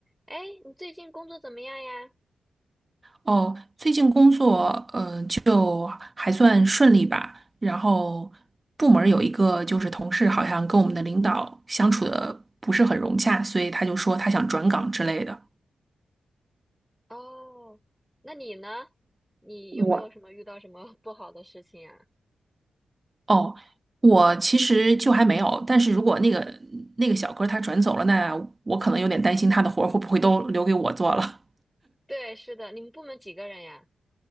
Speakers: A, in the centre; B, on the right (about 30°).
A: 哎，你最近工作怎么样呀？
B: 哦，最近工作嗯，就还算顺利吧，然后部门儿有一个就是同事好像跟我们的领导相处的不是很融洽，所以他就说他想转岗之类的。
A: 哦，那你呢？你有没有什么遇到什么
B: 我
A: <laughs> 不好的事情呀？
B: 哦，我其实就还没有，但是如果那个那个小哥他转走了，那我可能有点担心他的活儿会不会都留给我做了。
A: <laughs> 对，是的，你们部门几个人呀？